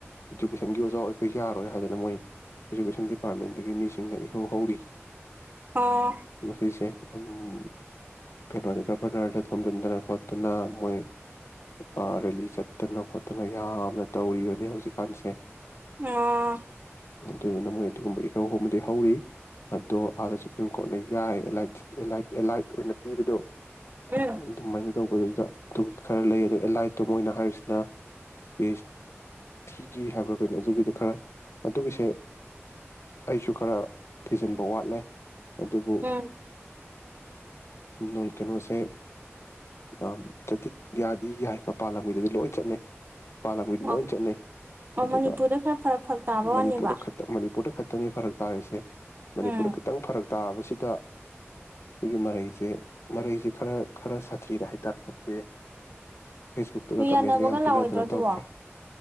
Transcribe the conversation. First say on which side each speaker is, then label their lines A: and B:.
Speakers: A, on the left (about 70°); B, on the right (about 40°).
A: ꯏꯗꯨꯀꯦꯁꯟꯒꯤ ꯑꯣꯖꯥ ꯑꯣꯏꯕ ꯌꯥꯔꯣꯏ ꯍꯥꯏꯗꯅ ꯃꯣꯏ ꯏꯖꯨꯀꯦꯁꯟ ꯗꯤꯄꯥꯔꯠꯃꯦꯟꯗꯒꯤ ꯃꯤꯁꯤꯡꯅ ꯏꯍꯧ ꯍꯧꯔꯤ
B: ꯑꯣ
A: ꯃꯁꯤꯁꯦ ꯑꯝꯝ ꯀꯩꯅꯣꯗ ꯒꯕꯔꯅꯔꯗ ꯊꯣꯝꯖꯤꯟꯗꯅ ꯈꯣꯠꯇꯅ ꯃꯣꯏ ꯑ ꯔꯦꯂꯤ ꯆꯠꯇꯅ ꯈꯣꯠꯇꯅ ꯌꯥꯝꯅ ꯇꯧꯔꯤꯕꯅꯦ ꯍꯧꯖꯤꯛꯀꯥꯟꯁꯦ
B: ꯑꯣ
A: ꯑꯗꯨꯗꯨꯅ ꯃꯣꯏ ꯑꯗꯨꯒꯨꯝꯕ ꯏꯍꯧ ꯑꯃꯗꯤ ꯍꯧꯔꯤ ꯑꯗꯣ ꯑꯥꯗ ꯁꯨꯄ꯭ꯔꯤꯝ ꯀꯣꯔꯠꯅ ꯌꯥꯏꯂ ꯑꯦꯂꯥꯏꯠ ꯑꯦꯂꯥꯏꯠ ꯑꯣꯏꯅꯥ ꯄꯤꯕꯗꯣ
B: ꯎꯝ
A: ꯑꯗꯨꯃꯥꯏꯅ ꯇꯧ ꯑꯗꯨꯗꯨꯗꯥ ꯑꯗꯨꯒꯤ ꯈꯔ ꯂꯩ ꯑꯗꯨ ꯑꯦꯂꯥꯏꯠ ꯑꯗꯣ ꯃꯣꯏꯅ ꯍꯥꯏꯔꯤꯁꯤꯅ ꯄꯦꯁ ꯊꯤꯒꯤ ꯍꯥꯏꯕ꯭ꯔꯥ ꯀꯩꯅꯣ ꯑꯗꯨꯒꯤꯗ ꯈꯔ ꯑꯗꯨꯒꯤꯁꯦ ꯑꯩꯁꯨ ꯈꯔ ꯊꯤꯖꯤꯟꯕ ꯋꯥꯠꯂꯦ ꯑꯗꯨꯕꯨ
B: ꯎꯝ
A: ꯅꯨꯜ ꯀꯩꯅꯣꯁꯦ ꯑ ꯆꯇꯤꯛ ꯌꯥꯗꯤ ꯌꯥꯏ ꯃꯄꯥꯟ ꯂꯝꯒꯤꯗꯗꯤ ꯂꯣꯏ ꯆꯠꯅꯩ ꯃꯄꯥꯥꯟ ꯂꯝꯒꯤꯗꯤ
B: ꯑꯣ
A: ꯂꯣꯏ ꯆꯠꯅꯩ
B: ꯑꯣ
A: ꯑꯗꯨꯒ
B: ꯃꯅꯤꯄꯨꯔꯗ ꯈꯔ ꯐꯔꯛ ꯐꯔꯛ ꯇꯥꯕ
A: ꯃꯅꯤꯄꯨꯔꯗ
B: ꯋꯥꯅꯦꯕ
A: ꯃꯅꯤꯄꯨꯔꯗ ꯈꯛꯇꯅꯤ ꯐꯔꯛ ꯇꯥꯔꯤꯁꯦ ꯃꯅꯤꯄꯨꯔꯗ
B: ꯎꯝ
A: ꯈꯤꯇꯪ ꯐꯔꯛ ꯇꯥꯕꯁꯤꯗ ꯁꯤꯒꯤ ꯃꯔꯩ ꯁꯦ ꯃꯔꯩꯁꯦ ꯈꯔ ꯈꯔ ꯁꯥꯊꯤꯔꯦ ꯍꯥꯏꯇꯥꯔꯦ ꯁꯥꯊꯤꯔꯦ ꯐꯦꯁꯕꯨꯛꯇꯒ
B: ꯅꯣꯏ
A: ꯀꯃꯦꯟꯒ
B: ꯌꯥꯅꯕꯒ
A: ꯌꯥꯝ ꯄꯤꯅꯗꯅ
B: ꯂꯥꯛꯑꯣꯏꯗ꯭ꯔꯣ ꯑꯗꯨꯕꯣ
A: ꯇꯧꯈ꯭ꯔꯦ